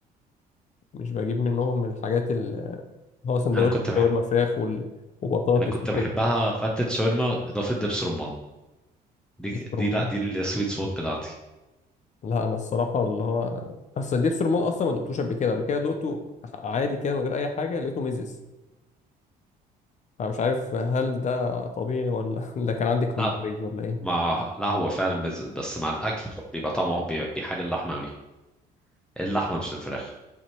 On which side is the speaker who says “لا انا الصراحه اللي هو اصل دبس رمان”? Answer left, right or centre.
Left